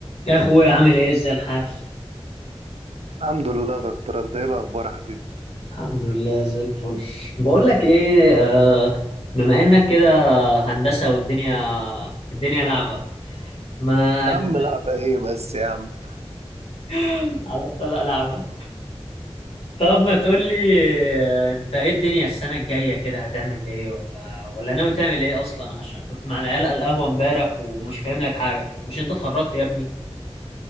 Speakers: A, on the left; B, on the right.
A: يا اخويا عامل ايه ازاي الحال
B: الحمد لله يا دكتور انت ايه الاخبار يا حبيبي
A: الحمد لله زي الفل بقول لك ايه آه، بما انك كده هندسة والدنيا الدنيا لعبة ما
B: يا عم
A: <gasps>
B: لعبة ايه بس يا عم
A: <laughs> على الطلاق لعبة طب ما تقول لي آه، انت ايه الدنيا السنة الجاية كده هتعمل ايه ولا ولا ناوي تعمل ايه اصلا عشان كنت مع العيال على القهوة امبارح ومش فاهم لك حاجة مش انت اتخرجت يا ابني